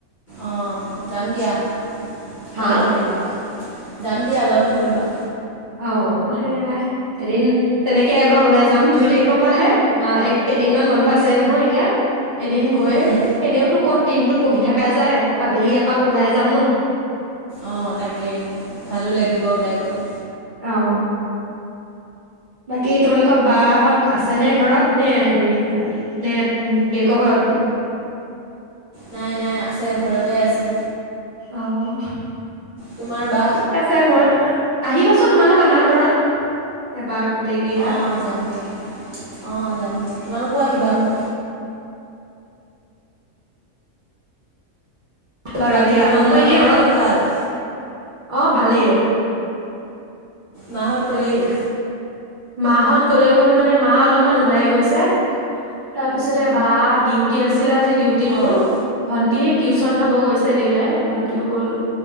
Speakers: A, on the left; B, on the right.
A: অঁ যাম দিয়া,
B: হা
A: লগ ধৰিবা। যাম দিয়া লগ ধৰিবা।
B: অঁ, সেয়াই এদিন তেনেকে এবাৰ ওলাই যাম দুই তাৰিখৰ পৰাহে কেইদিনমান বন্ধ আছে নহয় এতিয়া, এদিন গৈ
A: উম,
B: এনেওতো ক'ত দিনটো পঢ়ি থাকা যায় আবেলি এপাক ওলাই যাম ন।
A: অঁ তাকে ভালো লাগিব ওলাই গলে।
B: অঁ। বাকী তোমালোকৰ বাহঁত আছে নে ঘৰত নে হেৰি নে গীয়েকৰ ঘৰত গ'ল।
A: নাই নাই আছে ঘৰতে আছে।
B: অঁ।
A: তোমাৰ বা
B: ঠিক আছে মই আহিবাচোন তোমালোক আমাৰ ঘৰত এবাৰ গোটেই কেইটা
A: অ যাম দিয়া অ যাম দিয়া তোমালোকো আহিবা
B: অ
A: আকৌ
B: বাৰু
A: বাকী
B: দিয়া
A: তোমালোকৰ
B: মই এতিয়া
A: মাহঁতৰ
B: ঘৰত
A: ভাল
B: অ ভালেই
A: মাহঁত
B: হেৰি
A: ক'লে গ'ল
B: মাহত ক'লে গ'ল মানে মা অলপমান ওলাই গৈছে তাৰপিছতে বা ডিউটি আছে ডিউটি
A: অঁ
B: গ'ল ভন্তি হিহেত টিউশচন থ'ব গৈছে দেউতাই ভ ও গ'ল